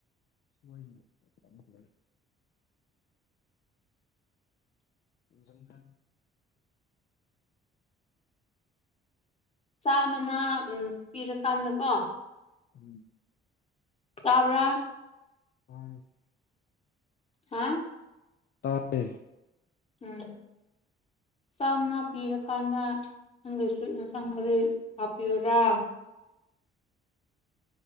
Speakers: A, on the left; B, on the left.
A: ꯁꯣꯏ ꯅ ꯆꯦ
B: <inaudible>
A: ꯪꯀ
B: ꯆꯥꯃꯅ ꯄꯤꯔꯀꯥꯟꯗꯀꯣ
A: ꯎꯝ
B: ꯇꯥꯕ꯭ꯔ
A: ꯍ
B: ꯍꯥ
A: ꯇꯥꯟꯗ
B: ꯎꯝ ꯆꯥꯝꯅꯥ ꯄꯤꯔꯀꯥꯟꯗ ꯅꯪꯗꯁꯨ ꯌꯦꯟꯁꯥꯡ ꯈꯔ ꯍꯥꯞꯄꯤꯌꯔꯥ